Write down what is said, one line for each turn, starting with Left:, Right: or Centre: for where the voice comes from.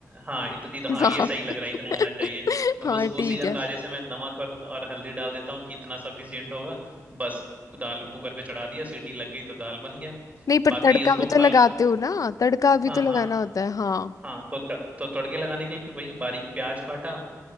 Right: हाँ इत, इत,
Left: <laughs>
Right: हाँ ये सही लग रहा है इतना होना चाहिए
Left: हाँ
Right: मैं
Left: हाँ
Right: उस
Left: ठीक
Right: उसी अंदाजे
Left: है
Right: से मैं नमक और और हल्दी डाल देता हूँ कि इतना सफिशियंट होगा बस दाल कुकर पे चढ़ा दिया सीटी लग गई तो दाल बन गया
Left: नहीं पर
Right: बाकी
Left: तड़का
Right: उसको
Left: भी
Right: फ्राई
Left: तो लगाते हो ना तड़का भी
Right: हाँ
Left: तो लगाना
Right: हाँ
Left: होता है हाँ
Right: हाँ तो तड़, तो तड़के लगाने के लिए भी वही बारीक प्याज काटा